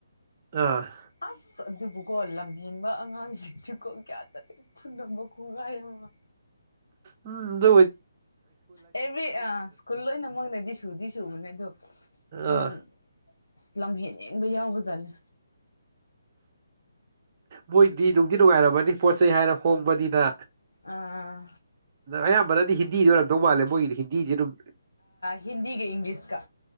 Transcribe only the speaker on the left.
ꯑꯁ ꯑꯗꯨꯕꯨꯀꯣ ꯂꯝꯍꯦꯟꯕ ꯑꯉꯥꯡꯁꯤꯡꯁꯤꯀꯣ ꯀꯌꯥ ꯇꯗꯤ ꯄꯨꯅꯕ ꯀꯣꯡꯒꯥꯏ ꯑꯃ
ꯑꯦꯚ꯭ꯔꯤ ꯁ꯭ꯀꯨꯜ ꯂꯣꯏꯅꯃꯛꯅꯗꯤ ꯁꯨꯗꯤ ꯁꯨꯕꯅꯦ ꯑꯗꯣ ꯎ
ꯑ ꯂꯝꯍꯦꯟ ꯍꯦꯟꯕ ꯌꯥꯎꯕꯖꯥꯠꯅꯤ
ꯑꯥ
ꯍꯤꯟꯗꯤꯤꯒꯤ ꯏꯪꯂꯤꯁ ꯀ